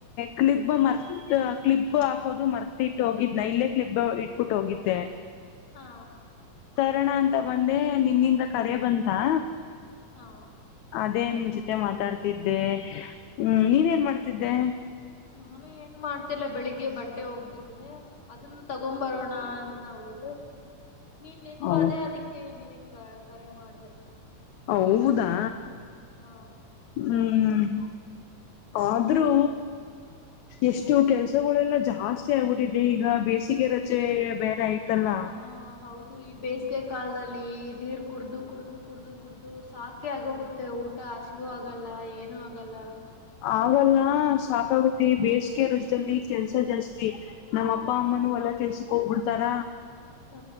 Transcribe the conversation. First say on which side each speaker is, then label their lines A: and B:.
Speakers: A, on the left (about 70°); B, on the left (about 40°).
A: ಕ್ಲಿಬ್ ಮರ್ ತ್ ಕ್ಲಿಬ್ ಹಾಕಿ ಹೋದು ಮರ್ತಿ ಇಟ್ಟ ಹೋಗಿದ್ ನೈ ಇಲ್ಲೇ ಕ್ಲಿಫ್ ಇಟ್ಬಿಟ್ಟ ಹೋಗಿದ್ದೆ
B: ಹಾ
A: ತರಣ ಅಂತ ಬಂದೆ ನಿಮ್ಮಿಂದ ಕರೆ ಬಂತಾ
B: ಹಾ
A: ಅದೇ ನಿನ್ ಜೊತೆ ಮಾತಾಡ್ತಿದ್ದೆ ಹ್ಮ್ ನೀನ್ ಏನ್ ಮಾಡ್ತಿದ್ದೆ
B: ನಾನು ಏನ್ ಮಾಡ್ತಿಲ್ಲ ಬೆಳಿಗ್ಗೆ ಬಟ್ಟೆ ಒಗ್ದಿದ್ದೆ ಅದನ್ನ ತಗೊ ಬರೋಣ ಅಂತ ಹೌದ ನೀನ್ ನೆನಪಾ
A: ಹ
B: ಅದೆೇ ಅದಕ್ಕೆ ನಿನ ಕರೆ ಮಾಡ್ದ
A: ಹೌದಾ
B: ಹ
A: ಹ್ಮ್ ಆದ್ರೂ
B: ಇದು
A: ಎಷ್ಟು ಕೆಲ್ಸಗಳೆಲ್ಲ ಜಾಸ್ತಿ ಆಗ್ಬಿಟ್ಟಿದೆ ಈಗ ಬೇಸಿಗೆ ರಜೆ ಬೇರೆ ಆಯ್ತಲ್ಲ
B: ಹಾ ಹೌದು ಈ ಬೇಸಿಗೆ ಕಾಲದಲ್ಲಿ ನೀರ್ ಕುಡ್ದು ಕುಡ್ದು ಕುಡ್ದು ಕುಡಿದು ಸಾಕೆ ಆಗೋಗುತ್ತೆ ಮತ್ತೆ ಊಟ ಹಸಿವು ಆಗಲ್ಲ ಏನು ಆಗಲ್ಲ
A: ಆಗಲ್ಲಾ ಸಾಕಾಗುತ್ತೆ ಬೇಸಿಗೆ ರಜದಲ್ಲಿ ಕೆಲ್ಸ ಜಾಸ್ತಿ ನಮ್ಮ್ ಅಪ್ಪ ಅಮ್ಮನುೂ ಹೋಲ್ಲಾ ಕೆಲ್ಸಕ್ ಹೋಗ್ಬಿಡ್ತಾರ
B: ಹ